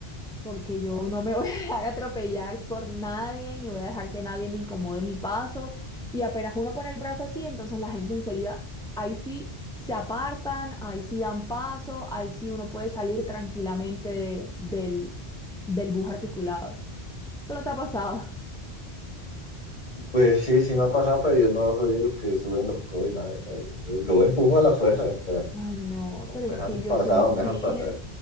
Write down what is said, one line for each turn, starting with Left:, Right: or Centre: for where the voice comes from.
Centre: porque yo no me voy a dejar atropellar por nadie, ni voy a dejar que nadie me incomode mi paso. Y apenas uno pone el brazo así, entonces la gente enseguida, ahí sí se apartan, ahí sí dan paso, ahí sí uno puede salir tranquilamente de- del, del bus articulado. Eso no te ha pasado.
Left: Pues sí, sí me ha pasado, pero yo no soy de los que suben los codos y nada. o sea, Yo, yo empujo a la fuerza, o sea,
Centre: Ay, no,
Left: o
Centre: pero
Left: me
Centre: es
Left: dejan
Centre: que
Left: pasar
Centre: yo soy mujer.
Left: o me dejan pasar.